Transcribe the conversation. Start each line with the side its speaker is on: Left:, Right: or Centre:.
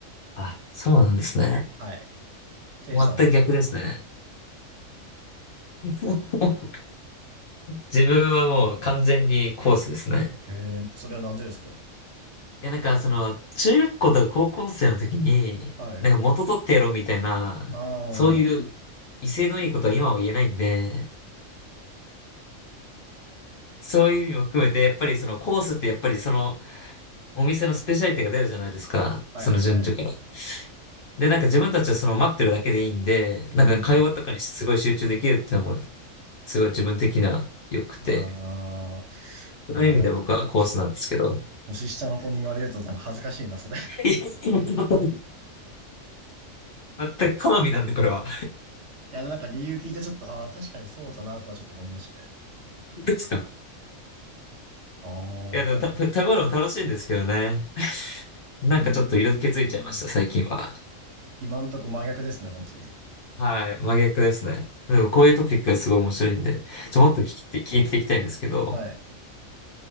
Left: あ、そうなんですね。
Right: はい。せいじさんは。
Left: 全く逆ですね。<laughs> 自分はもう完全にコースですね。
Right: えー、それはなんでですか
Left: いや、なんかその、中学校とか高校生の時に、
Right: はい。
Left: なんか元取ってやろうみたいな、
Right: ああ、
Left: そういう
Right: は
Left: 威勢のいいことは今は言えないんで、そういう意味も含めて、やっぱりそのコースってやっぱりその、お店のスペシャリティが出るじゃないですか。
Right: いはいはい。
Left: その順序から。で、なんか自分たちはその待ってるだけでいいんで、
Right: うん。
Left: なんか会話とかにすごい集中できるっていうのも、すごい自分的には良くて。
Right: ああ、うわ、
Left: そういう意味で僕はコースなんですけど。
Right: なんか、年下の子に言われるとなんか恥ずかしいな、それ。<laughs> い
Left: <laughs> いや全く好みなんで、これは。
Right: や、なんか理由聞いてちょっと、ああ、確かにそうだなとはちょっと思いましたね。
Left: ですか
Right: ああ、う
Left: いや、でもた食べ物も楽しいんですけどね。なんかちょっと色気づいちゃいました、
Right: ーん。
Left: 最近は。
Right: 今んとこ真逆ですね、本当に。
Left: はい、真逆ですね。でもこういうトピックがすごい面白いんで、ちょ、もっと聞いて、聞いていきたいんですけど。
Right: はい。